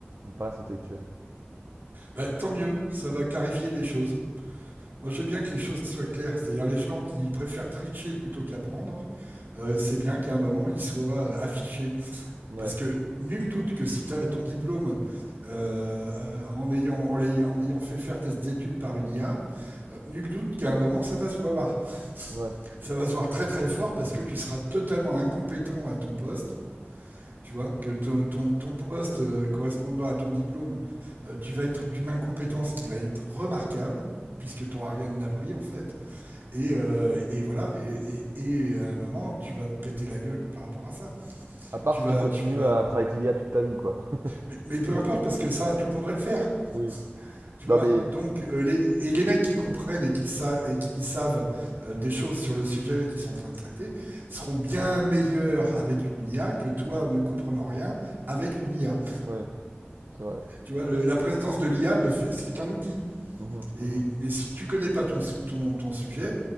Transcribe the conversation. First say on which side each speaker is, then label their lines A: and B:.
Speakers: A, on the right; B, on the right.
A: une paresse intellectuelle.
B: Bah, tant mieux, ça va clarifier les choses. Moi, j'aime bien que les choses soient claires. C'est-à-dire, les gens qui préfèrent tricher plutôt qu'apprendre, euh, c'est bien qu'à un moment, ils soient euh, affichés.
A: Ouais,
B: Parce que nul doute que si tu as ton diplôme euh, euh, en, ayant, en, l'ay- en ayant fait faire tes études par une IA, euh, nul doute qu'à un moment, ça va se voir. <laughs>
A: ouais.
B: Ça va se voir très très fort parce que tu seras totalement incompétent à ton poste tu vois, que ton, ton, ton poste euh, correspondant à ton diplôme, euh, tu vas être d'une incompétence qui va être remarquable, puisque tu n'auras rien appris en fait. Et, euh,
A: Mm.
B: et voilà, et, et, et à un moment, tu vas te péter la gueule par rapport à ça.
A: À part
B: Tu
A: si
B: vas,
A: tu continues
B: tu vas.
A: à travailler avec l'IA toute ta vie, quoi.
B: Mais, mais peu
A: <laughs>
B: importe, parce que ça, tout le monde va le faire.
A: Oui.
B: Tu
A: Non,
B: vois.
A: mais...
B: Donc, euh, les, et les mecs qui comprennent et qui, savent et qui savent euh, des choses sur le sujet qu'ils sont en train de traiter seront bien meilleurs avec une IA que toi ne comprenant rien avec une IA.
A: Ouais, c'est vrai.
B: Tu vois, le- la présence de l'IA, ne fait- c'est un outil.
A: Mhm,
B: Et,
A: mhm.
B: mais si tu connais pas ton, sou- ton, ton sujet,